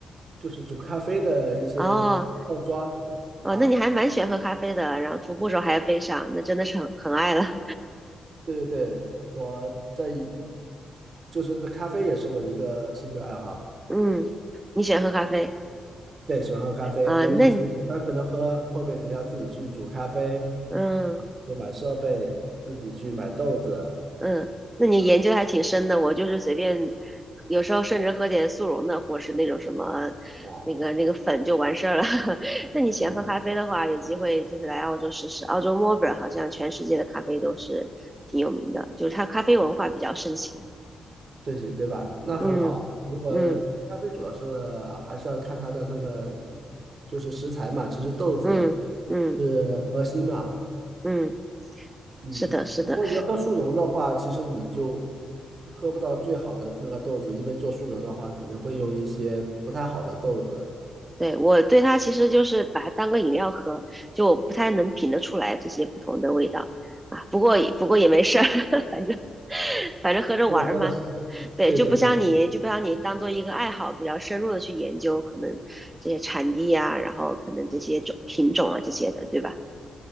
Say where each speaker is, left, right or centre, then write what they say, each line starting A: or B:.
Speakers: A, on the right; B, on the right.
A: 就是煮咖啡的一些套装
B: 哦哦，
A: 啊。
B: 那你还蛮喜欢喝咖啡的，然后徒步时候还要背上，那真的是很很爱了。
A: 对对对，我在就是咖啡也是我一个兴趣爱好，
B: 嗯，你喜欢喝咖啡
A: 对，喜欢喝咖啡。
B: 啊？
A: 我以前只单纯的喝，
B: 那你
A: 后面肯定要自己去煮咖啡，
B: 嗯
A: 啊，就买设备，自己去买豆子，
B: 嗯，那你研究还挺深的。
A: 啊
B: 我就是随便，有时候甚至喝点速溶的，或是那种什么
A: 啊
B: 那个那个粉就完事儿了。<laughs> 那你喜欢喝咖啡的话，
A: 啊，
B: 有机会就是来澳洲试试。澳洲墨尔本好像全世界的咖啡都是挺有名的，就是它咖啡文化比较盛行。
A: 这些对吧？那很好。
B: 嗯嗯
A: 如果咖啡主要是还是要看它的那个就是食材嘛，其实豆子
B: 嗯嗯
A: 是核心嘛。
B: 嗯嗯，
A: 嗯，
B: 是的，是的。
A: 如果你要喝速溶的话，其实你就喝不到最好的那个豆子，因为做速溶的话，可能会用一些不太好的豆子。
B: 对，我对它其实就是把它当个饮料喝，就我不太能品得出来这些不同的味道啊。不过也不过也没事儿，<laughs> 反正反正喝着玩儿嘛。
A: 如果喝的是，
B: 对，
A: 对对对
B: 就不像你，就不像你当做一个爱好，比较深入的去研究，可能这些产地呀，然后可能这些种品种啊这些的，对吧？